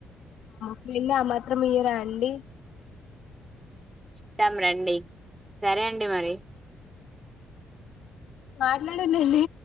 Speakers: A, on the left; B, on the right.
A: ఫ్రెండ్ ఆ మాత్రం ఇయ్యరండి
B: ఇస్తాం రండి సరే అండి మరి
A: మాట్లాడండి హె